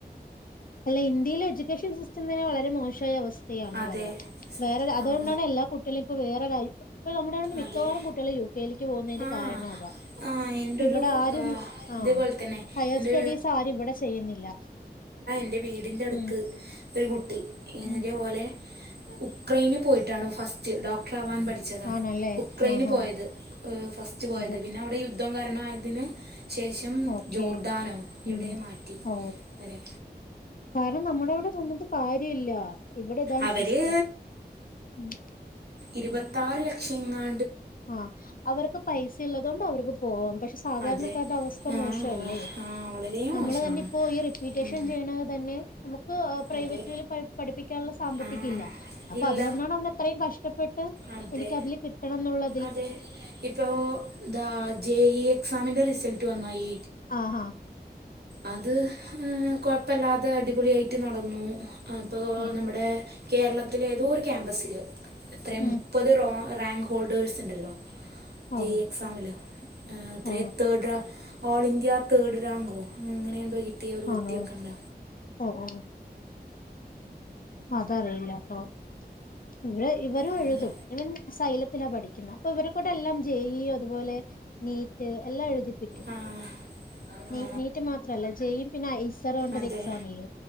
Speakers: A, on the left; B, on the right.
A: അല്ല ഇന്ത്യയിൽ എഡ്യൂക്കേഷൻ സിസ്റ്റ സ്റ്റം തന്നെ വളരെ മോശമായ അവസ്ഥയാണെന്ന്
B: അതെ
A: പറയാം വേറെ അതുകൊണ്ടാണ്
B: ഉം,
A: എല്ലാ കുട്ടികളും ഇപ്പോ വേറെ <inaudible> <unintelligible> ഇപ്പൊ നമ്മുടെ അവിടുന്ന് മിക്കവാറും
B: അതെ
A: കുട്ടികൾ യു കെയിലേക്ക് പോകുന്നതിന്റെ
B: ആഹ്
A: കാരണമത
B: ആഹ് എന്റൊരു
A: ഇപ്പ ഇവിടെ ആരും
B: ആഹ്
A: ആ
B: ഇതേപോലെ തന്നെ
A: ഹയർ
B: എൻ്റെ
A: സ്റ്റഡീസ് ആരും ഇവിടെ ചെയ്യുന്നില്ല
B: എന്റെ വീടിന്റെ അടുത്ത്
A: ഉം
B: ഒരു കുട്ടി
A: ഉം
B: ഇതേപോലെ ഉക്രൈന് പോയിട്ടാണ് ഫസ്റ്റ് ഡോക്ട റവാൻ പഠിച്ചതാണ്
A: ആണല്ലേ
B: ഉക്രൈന്
A: ആഹ്
B: പോയത്
A: ആഹ്
B: ഫസ്റ്റ് പോയത്
A: അതെ
B: പിന്നെ അവിടെ യുദ്ധം കാര ണയതിന് ശേഷം
A: ഓക്കെ
B: ജോർദാനോ
A: ഉം
B: എവിടെയ മാറ്റി
A: ഓ
B: അവര്
A: കാരണം നമ്മുടെ ഇവിടെ നിന്നിട്ട് കാര്യല്ല ഇവിടെ ഇതാണ്
B: അവര്
A: സിസ്റ്റം ഉം
B: ഇരുപത്തറ് ലക്ഷങ്ങാ
A: ആ അവർക്ക് പൈസള്ളോതോണ്ട് അവർക്ക് പോവാം പക്ഷെ സാധാരണക്കാരുടെ
B: അതെ
A: അവസ്ഥ
B: ആ
A: മോശല്ലേ
B: ആ വളരെ
A: നമ്മൾ
B: മോശമാണ്
A: തന്നെ ഇപ്പോ ഈ റിപ്പീറ്റേഷൻ
B: ഉം
A: ചെയ്യണത് തന്നെ ഇപ്പൊ പ്രൈവറ്റിൽ
B: അതെ
A: പ പഠിപ്പിക്കാനുള്ള സാമ്പത്തിക
B: ആ
A: ഇല്ല അപ്പൊ
B: ഇല്ല
A: അതുകൊണ്ടാണ് അവനത്രയും കഷ്ടപ്പെട്ട്
B: അതെ
A: എനിക്കതില് കിട്ടണം എന്നുള്ള
B: അതെ ഇപ്പോ ദാ ജെ ഇ എക്സാമിന്റെ റിസൾ ട്ട് വന്നായി
A: ആ ഹാ
B: അത് ഏ് കൊഴപ്പല്ല അത് അടിപൊളി ആയിട്ട് നടന്നു അപ്പൊ
A: ആഹ്
B: നമ്മടെ കേരളത്തിലെ ഏതോ ഒരു ക്യാമ്പസില് എത്രയാ
A: ഉം
B: മുപ്പത് റോ റാങ്ക് ഹോൾഡേഴ്സ് ഇണ്ടല്ലോ
A: ഓ
B: ജെ എക്സാമില് ഏ് എത്രേ
A: ഓ
B: തേർഡ് റാ ഓൾ ഇന്ത്യ തേർഡ് റാങ്കോ ഉം അങ്ങനെന്തോ കി ട്ടിയ ഒരു കുട്ടിയൊക്കെ
A: ആണോ
B: ഉണ്ട
A: ഓ ഓ അതറിയില്ല ഓ ഇവിടെ ഇവരും
B: എന്താ
A: എഴുതും ഇവൻ സൈലത്തിലാ പഠിക്കുന്നെ അപ്പൊ ഇവര് കൊണ്ടെല്ലാം ജെ ഇ അതുപോലെ നീറ്റ് എല്ലാം എഴുതിപ്പിക്കും
B: ആ ആ
A: നീ നീറ്റ് മാത്രല്ല ജെ ഇ പിന്നെ അയി സറ് എന്നു പറഞ്ഞിട്ടൊരു
B: അതെ
A: എക്സാമില്ലേ